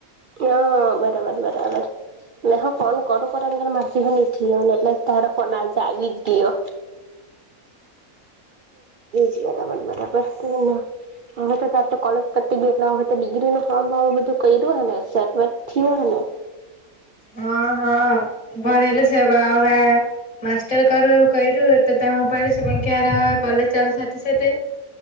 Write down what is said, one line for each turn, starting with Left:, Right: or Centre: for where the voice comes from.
Right: હ બરાબર બરાબર મેં હ ફોન કરો કર મા ચ હો ને એટલે ધારખના આજ બી દિઓ જરાબન પછને હવે તો તારે તો કોલેજ પતી ગય એટલે હવે તો ડિગ્રી નું ફોર્મ બધું કર્યું હ ને ત થયો હ ન
Left: હ હા ભણલું સ હ માસ્ટર કર કું ત મોબાઈ શ પણ ક્યારે હો કોલેજ ચાલુ થતી તે